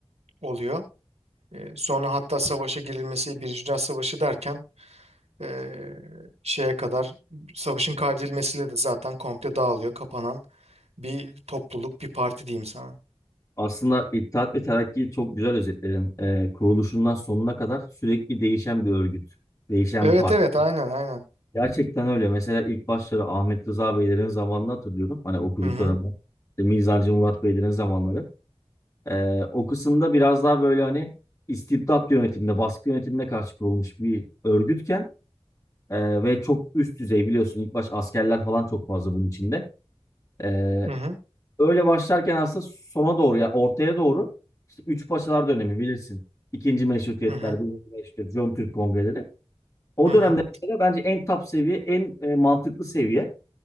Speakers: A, on the right; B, on the left.
A: oluyor. E, sonra hatta savaşa girilmesi, Birinci Dünya Savaşı derken Ee, şeye kadar savaşın kaybedilmesiyle de zaten komple dağılıyor, kapanan bir topluluk, bir parti diyeyim sana.
B: Aslında İttihat ve Terakki'yi çok güzel özetledin. Ee, kuruluşundan sonuna kadar sürekli değişen bir örgüt, değişen
A: Evet
B: bir parti.
A: evet aynen aynen.
B: Gerçekten öyle. Mesela ilk başları Ahmet Rıza Beylerin zamanını hatırlıyorum. Hani okuduklarımdan.
A: Hı hı
B: İşte Mizancı Murat Beylerin zamanları. Ee, o kısımda biraz daha böyle hani istibdat yönetimine, baskı yönetimine karşı kurulmuş bir örgütken e, ve çok üst düzey biliyorsun ilk baş askerler falan çok fazla bunun içinde. Ee,
A: hı hı
B: öyle başlarken aslında sona doğru ya ortaya doğru işte Üç Paşalar dönemi bilirsin. İkinci Meşrutiyetler,
A: hı hı
B: birinci Meşrutiyet, Jön Türk Kongreleri. O
A: hı
B: dönemde
A: hı.
B: mesela bence en top seviye, en e, mantıklı seviye.